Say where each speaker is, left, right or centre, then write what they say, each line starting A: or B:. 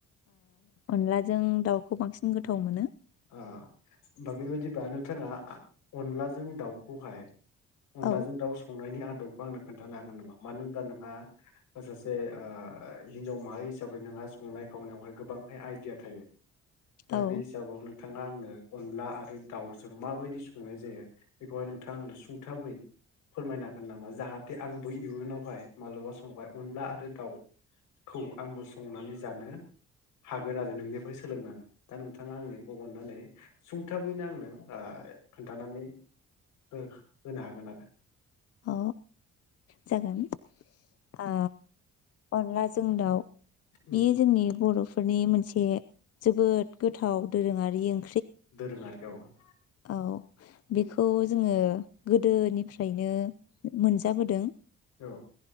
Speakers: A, on the left; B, on the left.
A: अनलाजों दाउखौ बांसिन गोथाव मोनो।
B: होमबा बेबायदिबा नोंथाङा अनलाजों दाउखौहाय अनलाजों
A: औ
B: दाउ संनायनि आदब आंनो खोन्थानो हागोन नामा मानो होनबा नोंहा सासे हिन्जाव माहारि हिसाबै नोंहा संनाय खावनायावहाय गोबांहाय आइडिया थायो। दा
A: औ
B: बे हिसाबावनो नोंथाङा आंनो अनला आरो दाउजों माबायदि संनाय जायो बेखौहाय नोंथाङा आंनो सुंथाबै फोरमायनो हागोन नामा जाहाथे आंबो इयुनावहाय माबलाबा समावहाय अनला आरो दाउखौ आंबो संनानै जानो हागोन आरो नोंनिफ्राय सोलोंनानै दा नोंथाङा आंनो अननानै सुंथाबैनो आंनो खोनथानानै हो होनो हागोन आरो।
A: अ जागोन। ओ अनला जों दाउ
B: उम
A: बेयो जोंनि बर' फोरनि मोनसे जोबोद गोथाव दोरोंङारि ओं
B: दोरोंङारि ए <inaudible> <unintelligible>
A: औ बेखौ जोङो गोदोनिफ्रायनो मोनजाबोदों।
B: औ